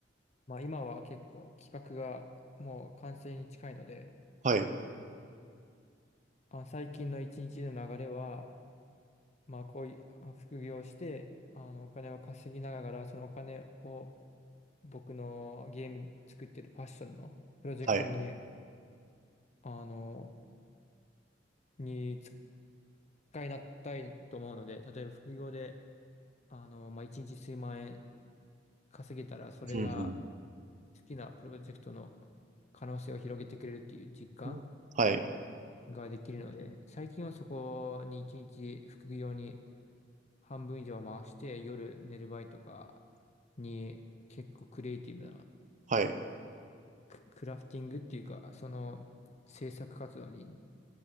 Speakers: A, on the left (about 35°); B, on the right (about 40°).
A: まあ今は結構企画がもう完成に近いので、
B: はい、
A: あ、最近の一日の流れは、まあこういうあ副業をして、あのお金を稼ぎながら、そのお金を僕のゲーム作ってるパッションのプロジェクトに、
B: はい、
A: あの、に回なったいと思うので、例えば副業で、あの、まあ、一日数万円稼げたら、それが
B: うん
A: 好きなプロジェクトの可能性を広げてくれるっていう実感
B: うん、はい、
A: ができるので、最近はそこに一日副業に半分以上回して、夜寝る前とかに結構クリエイティブな
B: はい、
A: ク、クラフティングっていうか、その制作活動に